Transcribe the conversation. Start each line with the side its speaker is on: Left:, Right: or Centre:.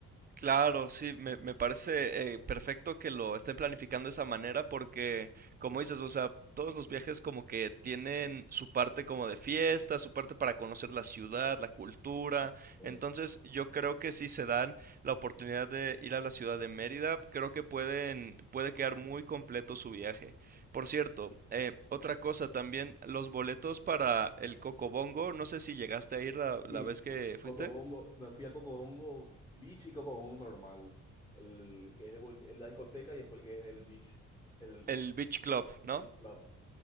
Right: Claro, sí, me, me parece eh, perfecto que lo estén planificando de esa manera porque, como dices, o sea, todos los viajes como que tienen su parte como de fiesta, su parte para conocer la ciudad, la cultura.
Left: Eh,
Right: Entonces, yo creo que si se dan la oportunidad de ir a la ciudad de Mérida, creo que pueden, puede quedar muy completo su viaje. Por cierto, eh, otra cosa también, los boletos para el Cocobongo, no sé si llegaste a ir la
Left: Sí,
Right: la vez que fuiste,
Left: Cocobongo, me fui a Cocobongo Beach y Cocobongo normal, el que es de bol- el la discoteca y después el que es el beach, el,
Right: el
Left: el
Right: Beach Club, ¿no?
Left: beach club,